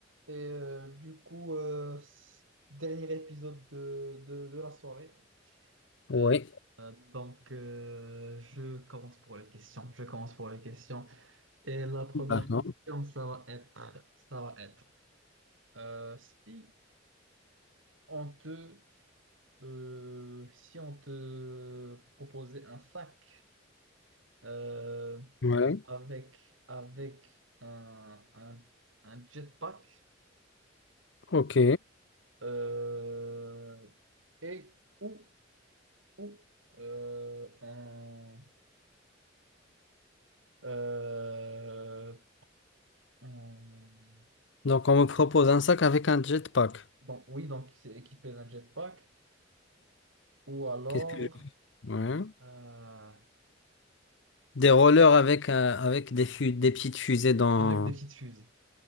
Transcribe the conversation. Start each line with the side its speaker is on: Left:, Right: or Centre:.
Right: Et euh, du coup, euh, s- dernier épisode de, de, de la soirée.
Left: Oui.
Right: Euh, euh, donc, euh, je commence pour les questions. Je commence pour les questions. Et la première
Left: D'accord.
Right: question, ça va être, ça va être, euh, si on te, euh, si on te proposait un sac euh,
Left: Ouais.
Right: avec, avec un, un, un jetpack
Left: Ok.
Right: euh, et ou ou euh, un, euh, un-
Left: Donc on me propose un sac avec un jetpack.
Right: Bon, oui, donc c'est équipé d'un jetpack, ou alors
Left: Qu'est-ce que... Ouais.
Right: euh,
Left: Des rollers avec, euh, avec des, fu- des petites fusées dans...
Right: avec des petites fusées.